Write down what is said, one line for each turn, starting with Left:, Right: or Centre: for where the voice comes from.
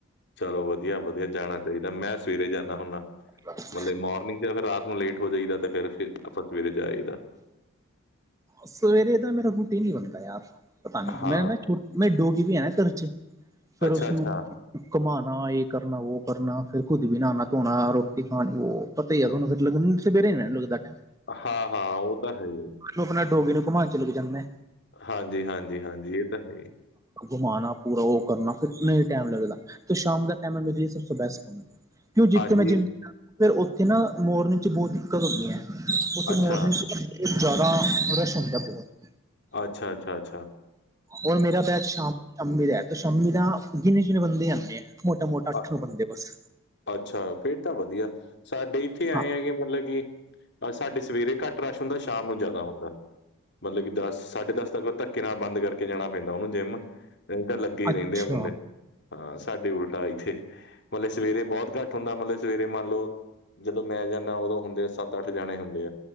Left: ਚਲੋ ਵਧੀਆ-ਵਧੀਆ, ਜਾਣਾ ਚਾਹੀਦਾ ਮੈਂ ਸਵੇਰੇ ਜਾਂਣਾ ਹੁੰਣਾ।
Right: <inaudible>
Left: ਮਤਲਬ ਮੋਰਨਿੰਗ ਜਾਂ ਫਿਰ ਰਾਤ ਨੂੰ ਲੇਟ ਹੋ ਜਾਈਦਾ ਤੇ ਫਿਰ ਆਪਾਂ ਸਵੇਰੇ ਜਾਈਦਾ।
Right: ਸਵੇਰੇ ਦਾ ਮੇਰਾ ਰੂਟੀ ਨੀ ਬਣਦਾ ਯਾਰ ਪਤਾ ਨੀ
Left: ਹਾਂ,
Right: ਮੈਂ ਨਾ ਛੁਟੀ ਨਈ ਡੋਗੀ ਵੀ ਏ ਨਾ ਘਰ ਚ, ਫਿਰ
Left: ਅੱਛਾ,
Right: ਉਸਨੂੰ
Left: ਅੱਛਾ
Right: ਕੁਮਾਣਾ ਏ ਕਰਨਾ ਵੋ ਕਰਨਾ ਫਿਰ ਖੁੱਦ ਵੀ ਨਣਾ-ਧੋਣਾ ਰੋਟੀ ਖਾਣੀ ਵੋ ਪਤਾ ਈ ਐ ਹੈਗਾ ਓਨੂੰ <unintelligible> ਲੱਗਦਾ ਟਾਈਮ
Left: ਹਾਂ-ਹਾਂ ਉਹ ਤਾਂ ਹੈ ਈ ਏ।
Right: ਆਪਣਾ ਡੋਗੀ ਨੂੰ ਕੁਮਾਣ ਚਲੇ ਕ ਜਾਂਦੇ
Left: ਹਾਂਜੀ-ਹਾਂਜੀ-ਹਾਂਜੀ ਏ ਤਾਂ ਹੈ ਈ
Right: ਕੁਮਾਣਾ ਪੂਰਾ ਉਹ ਕਰਨਾ ਫਿਰ ਨੀ ਟੈਮ ਲੱਗਦਾ ਤੇ ਸ਼ਾਮ ਦਾ ਟੈਮ ਐ ਮੇਰੇ ਲਈ ਸਭ ਤੋ ਬੈਸਟ ਐ। ਕਿਉ ਜਿੱਥੇ
Left: ਹਾਂਜੀ,
Right: ਮੈਂ ਜਿੰਮ ਜਾਂਦਾ ਫਿਰ ਉੱਥੇ ਨਾ ਮੋਰਨਿੰਗ ਚ ਬੋਤ ਦਿੱਕਤ ਹੁੰਦੀ ਐ। ਉੱਥੇ
Left: ਅੱਛਾ,
Right: ਮੋਰਨਿੰਗ ਚ ਨਾ ਜਾਦਾਾਂ ਰਸ਼ ਹੁੰਦਾ ਬੋਹਤ
Left: ਅੱਛਾ-ਅੱਛਾ-ਅੱਛਾ।
Right: ਹੋਰ ਮੇਰਾ ਬੈਚ ਸ਼ਾਮੀਂ ਦਾ ਸ਼ਾਮੀ ਦਾ ਗਿਨੇ-ਚੁਨੇ ਬੰਦੇ ਈ ਆਦੇ ਐ। ਮੋਟਾ-ਮੋਟਾ ਅੱਠ
Left: ਅ
Right: ਨੂੰ ਬੰਦੇ ਬਸ
Left: ਅੱਛਾ ਫੇਰ ਤਾਂ ਵਧੀਆ ਸਾਡੇ ਇੱਥੇ ਆਏ
Right: ਹਾਂ
Left: ਹੈਗੇ ਮਤਲਬ ਕਿ ਸਾਡੇ ਸਵੇਰੇ ਕੱਟ ਰਸ਼ ਹੁੰਦਾ ਸ਼ਾਮ ਨੂੰ ਜਾਦਾ ਹੁੰਦਾ। ਮਤਲਬ ਕਿ ਦਸ-ਸਾਢੇ ਦਸ ਤੱਕ ਧੱਕੇ ਨਾਲ ਬੰਦ ਕਰਕੇ ਜਾਣਾ ਪੈਂਦਾ ਓਨੂੰ ਜਿੰਮ ਨਈ ਤਾਂ ਲੱ ਲਗੇ ਈ ਰੈੰਦੇ
Right: ਅੱਛਾ
Left: ਆ ਮੁੰਡੇ ਹਾਂ ਸਾਡੇ ਉਲਟਾ ਈ ਉੱਥੇ ਮਤਲਬ ਸਵੇਰੇ ਬੋਹਤ ਕੱਟ ਹੁੰਦਾ ਮਤਲਬ ਸਵੇਰੇ ਮੰਨ ਲੋ- ਜਦੋਂ ਮੈਂ ਜਾਂਦਾ ਉਦੋਂ ਹੁੰਦੇ ਆ ਸੱਤ-ਅੱਠ ਜਣੇ ਹੁੰਦੇ ਆ।